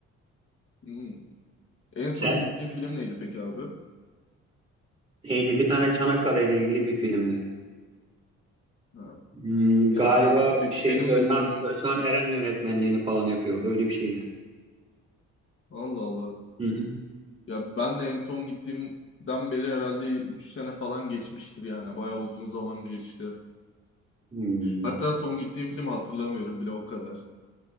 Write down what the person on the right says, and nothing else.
Sen
neydi? Bir tane Çanakkale ile ilgili bir filmdi.
Hmm,
galiba
şey
Özhan,
Özhan
Eren yönetmenliğini falan yapıyordu. Öyle bir şeydi.
Hı hı.
Hmm.